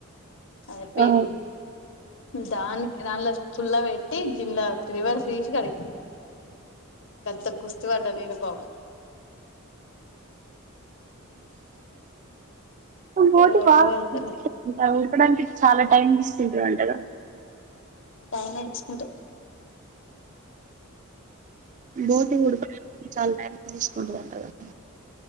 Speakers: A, on the left (about 60°); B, on the right (about 35°).
A: అదే పేగుల
B: ఆ
A: దా నా ఫుల్ే అేజజిలా తివేళ శష కడ ఎంత కుస్తీ పడ్డా నేను పోవను
B: పోటి
A: ఓ
B: బాగా
A: అసలు
B: ఇప్పడానికి చాలా టైం తీస్తుంటాారుంటగా
A: టైనే ఎంచుకుంట
B: బోటి ఉడుక చాలా ట తీసుకుంటడి అ